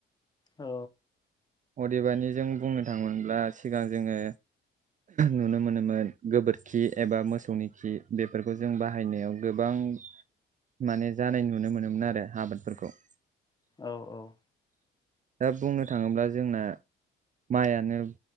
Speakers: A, on the left (about 20°); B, on the right (about 40°).
A: औ।
B: अदेबानि जों बुंनो थाङोमोनब्ला सिगां जोङो नुनो मोनोमोन गोबोरखि एबा मोसौनि खि बेफोरखौ जों बाहायनायाव गोबां <unintelligible> माने जानाय नुनो मोनोमोन आरो आबादफोरखौ।
A: औ औ।
B: दा बुंनो थाङोब्ला जोंना मायानो